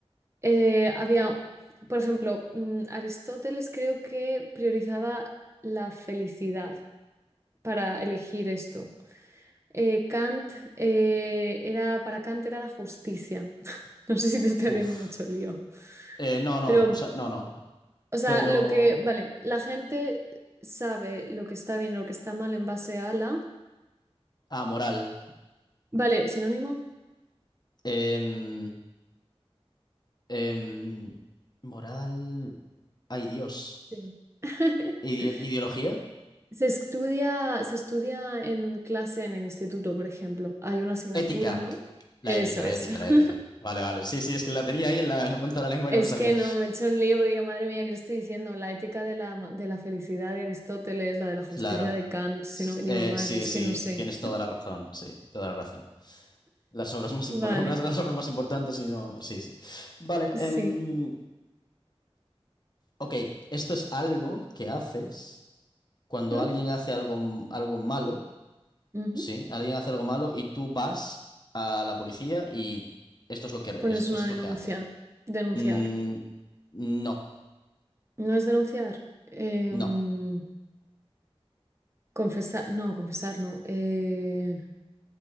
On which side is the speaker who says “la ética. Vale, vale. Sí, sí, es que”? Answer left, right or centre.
Left